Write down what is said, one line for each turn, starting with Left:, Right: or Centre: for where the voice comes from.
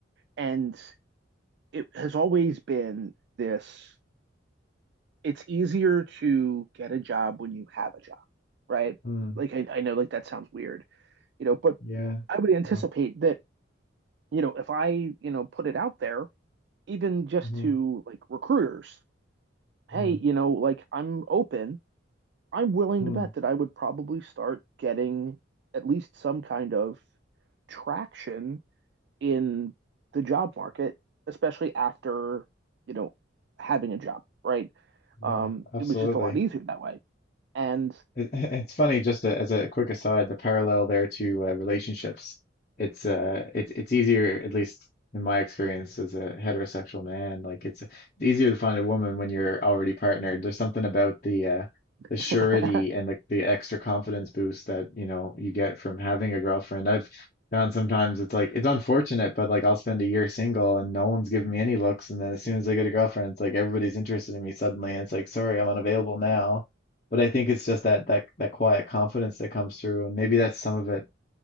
Right: and it has always been this it's easier to get a job when you have a job, right?
Left: mm,
Right: Like I, I know like that sounds weird, you know, but
Left: yeah
Right: I would anticipate
Left: oh,
Right: that, you know, if I, you know, put it out there, even just
Left: mhm,
Right: to like recruiters,
Left: mhm,
Right: hey, you know, like I'm open, I'm willing
Left: mm,
Right: to bet that I would probably start getting at least some kind of traction in the job market, especially after, you know, having a job, right?
Left: yeah
Right: Um,
Left: absolutely
Right: it was just a lot easier that way. And
Left: It, <laughs> it's funny, just a, as a quick aside, the parallel there to uh, relationships. It's uh, it's it's easier, at least in my experience as a heterosexual man. Like it's it's easier to find a woman when you're already partnered. There's something about the uh,
Right: <laughs>
Left: the surety
Right: oh,
Left: and the the extra confidence boost that you know you get from having a girlfriend. I've found sometimes it's like it's unfortunate, but like I'll spend a year single and no one's giving me any looks, and then as soon as I get a girlfriend, it's like everybody's interested in me suddenly, and it's like, sorry, I'm unavailable now but I think it's just that that that quiet confidence that comes through, and maybe that's some of it,